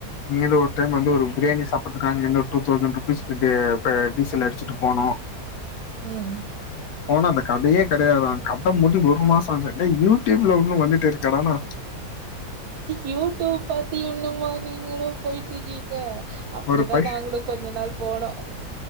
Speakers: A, on the left; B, on the right.
A: இங்கெருந்து ஒரு டைம் வந்து ஒரு பிரியாணி சாப்புட்றதுக்காக இங்கெருந்து ஒரு டூ தௌசண்ட் ருபீஸ்கு இப்டியே பே டீசல் அடிச்சுட்டு போனோ
B: ம் ம்
A: போனா அந்த கதயே கெடையாதா கத மூடி ஒரு மாச ஆச்சா டேய் யூட்யூப்ல உன்னு வந்துட்டே இருக்கேடானா
B: யூட்டூப் பாத்தி இன்னுமா நீங்களு போய்ட்ருக்கீங்க அப்டிதா
A: ஒரு பை
B: நாங்களு கொஞ்ச நாள் போனோ